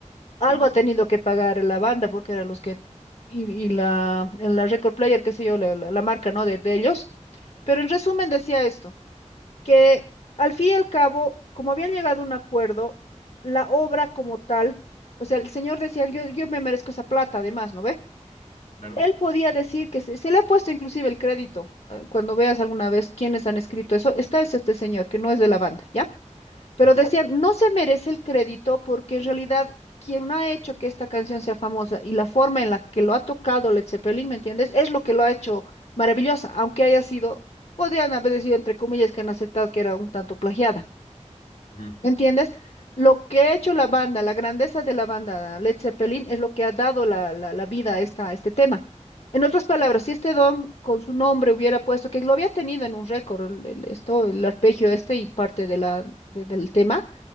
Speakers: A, on the left; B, on the left.
A: Algo
B: sí,
A: ha tenido que pagar la banda porque eran los que, y, y la, la record player, qué sé yo, la, la- la marca, ¿no? De, de ellos. Pero en resumen decía esto que al fin y al cabo, como habían llegado a un acuerdo, la obra como tal, o sea, el señor decía, yo, yo me merezco esa plata, además, ¿no ve?
B: claro.
A: Él podía decir que se, se le ha puesto inclusive el crédito. eh, Cuando veas alguna vez quiénes han escrito eso, está es este señor, que no es de la banda, ¿ya? Pero
B: Ajá,
A: decían, no se merece el crédito porque en realidad quien ha hecho que esta canción sea famosa y la forma en la que lo ha tocado Led Zeppelin, ¿me entiendes? Es lo que lo ha hecho maravillosa, aunque haya sido, podrían haber decidido entre comillas que han aceptado que era un tanto plagiada,
B: ujú,
A: ¿me entiendes? Lo que ha hecho la banda, la grandeza de la banda Led Zeppelin es lo que ha dado la, la- la vida a, esta, a este tema. En otras palabras, si este don con su nombre hubiera puesto, que lo había tenido en un récord, el- el- esto, el arpegio este y parte de la, de- del tema,